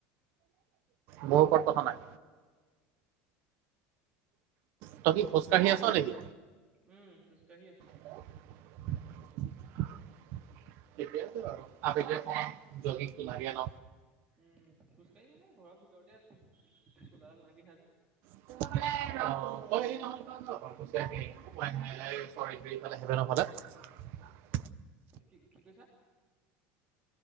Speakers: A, on the right; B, on the right.
A: মোৰ ওপৰত কথা নাই তই কি খোজকাঢ়ি আছ নেকি
B: উম খোজ কাঢ়ি আছো।
A: <unintelligible> ঠিকেই আছে বাৰু আবেলি অকমান জগিংটো লাগে ন।
B: উম খোজ কাঢ়ি মানে ঘৰৰ ভিতৰতে আছো চোলাডাল নাপিন্ধা যে
A: আকৌ বোলে <unintelligible> <unintelligible>
B: কি কি কৈছা